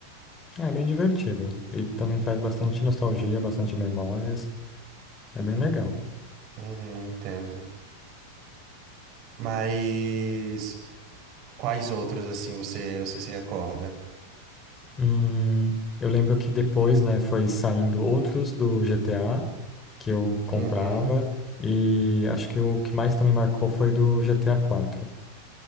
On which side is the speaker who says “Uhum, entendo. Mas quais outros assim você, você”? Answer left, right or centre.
Right